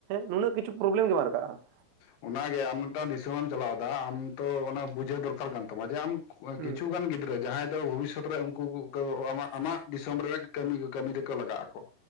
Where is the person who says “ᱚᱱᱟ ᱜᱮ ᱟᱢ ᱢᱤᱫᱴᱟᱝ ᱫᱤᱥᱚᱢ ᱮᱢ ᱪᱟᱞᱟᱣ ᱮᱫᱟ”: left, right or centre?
Left